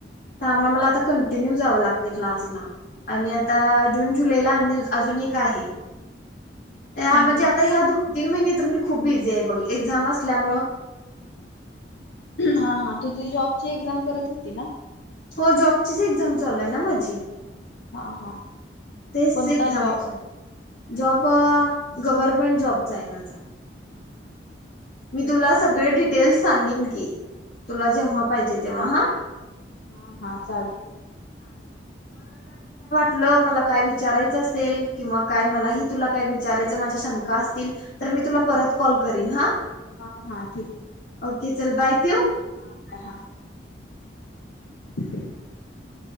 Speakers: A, on the left; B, on the left.
A: त्यामुळे मला आ कंटिन्यूव लागत क्लासला आ जून जुलैला अजून एक आहे ह्या
B: हम्
A: म्हणजे
B: हम
A: आता ह्या दोन तीन महिने तर मी खूप बिझी आहे बघ एक्झाम असल्यामुळ
B: हा हा तू त जॉबची एक्झाम करत होती ना
A: हो जॉबचीच एक्झाम चालाय ना माझी
B: हा हा
A: तेच
B: कोणता
A: एक्झाम
B: जॉब
A: चालू जॉब गव्हर्मेंट जॉबचा आहे माझा
B: हम हा
A: मी तुला सगळे डिटेल्स सांगेन की तुला जेव्हा पाहिजे तेव्हा हा
B: हा हा चालते
A: त मला काय विचारायचं असेल किंवा काय मलाही तुला काय विचारायचं माझ्या शंका असतील तर मी तुला परत कॉल करीन हा
B: हा हा ठीक आहे
A: ओके चल बायथो
B: ह हा हा ह